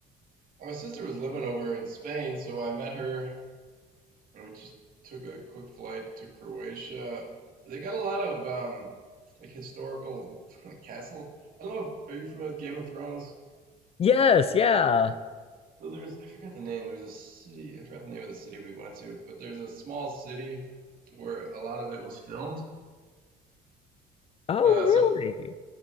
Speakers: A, on the right; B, on the left.
A: Uh, My sister was living over in Spain, so I met her, and we just took a quick flight to Croatia. They got a lot of um, like historical <laughs> castle. I don't know if are you familiar with Game of Thrones?
B: Yes, yeah.
A: So there's I forgot the name. There's a city. I forgot the name of the city we went to, but there's a small city where a lot of it was filmed.
B: Oh,
A: Uh,
B: really?
A: so